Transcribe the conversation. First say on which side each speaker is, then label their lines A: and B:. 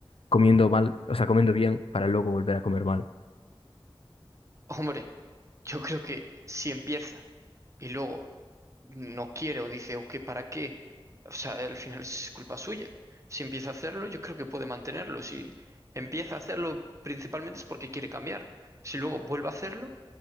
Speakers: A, on the left (about 80°); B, on the right (about 30°).
A: comiendo mal, o sea, comiendo bien para luego volver a comer mal?
B: <laughs> Hombre, Yo creo que si empieza y luego no quiere o dice, o qué, ¿para qué? O sea, al final es culpa suya. Si empieza a hacerlo, yo creo que puede mantenerlo. Si empieza a hacerlo, principalmente es porque quiere cambiar. Si luego vuelve a hacerlo,